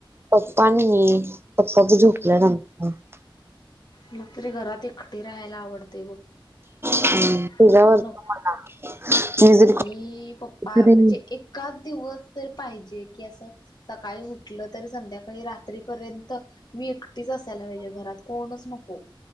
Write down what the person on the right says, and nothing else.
पप्पा आणि मी, पप्पा
बी झोपल्यात <unintelligible>
<unintelligible>
मी
जरी
कॉल